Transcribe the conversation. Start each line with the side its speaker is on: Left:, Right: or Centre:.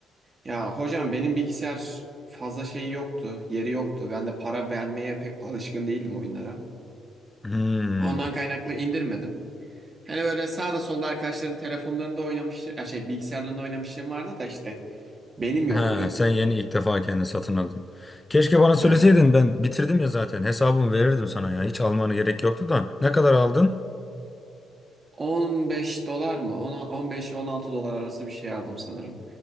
Right: Ya hocam benim bilgisayar fazla şeyi yoktu, yeri yoktu. Ben de para vermeye pek alışkın değildim oyunlara.
Left: Hmm.
Right: Ondan kaynaklı indirmedim. Hani böyle sağda solda arkadaşların telefonlarında oynamıştı, ya şey bilgisayarlarında oynamışlığım vardı da işte benim yoktu.
Left: He, sen yeni ilk defa kendini satın aldın. Keşke bana söyleseydin.
Right: Aynen.
Left: Ben bitirdim ya zaten. Hesabımı verirdim sana ya. Hiç almanı gerek yoktu da. Ne kadar aldın?
Right: 15 dolar mı? 15-16 dolar arası bir şey aldım sanırım.